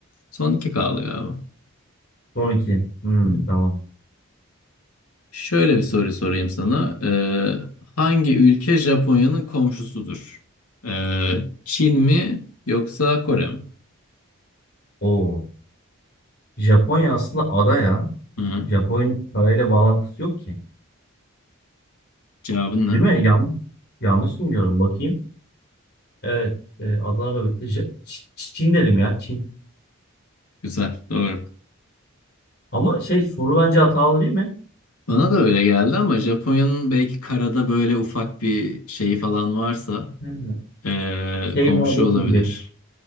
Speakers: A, on the left; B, on the left.
A: Son iki kaldı galiba.
B: Son 2. Hmm,
A: Hı.
B: tamam.
A: Şöyle bir soru sorayım sana. Ee, hangi ülke Japonya'nın komşusudur? Ee, Çin mi yoksa Kore mi?
B: Oo. Japonya aslında ada ya.
A: Hı. hı.
B: Japonya'nın parayla bağlantısı yok ki.
A: Cevabın ne?
B: Değil mi? Yanlış, yanlış mı diyorum? Bakayım. Evet. E, Adana'la birlikte. J- Ç- Çin dedim ya. Çin.
A: Güzel, doğru.
B: Ama şey soru bence hatalı değil mi?
A: Bana da öyle geldi ama Japonya'nın belki karada böyle ufak bir şeyi falan varsa
B: Hmm.
A: ee,
B: Şey
A: komşu
B: muhabbeti
A: olabilir.
B: gibi.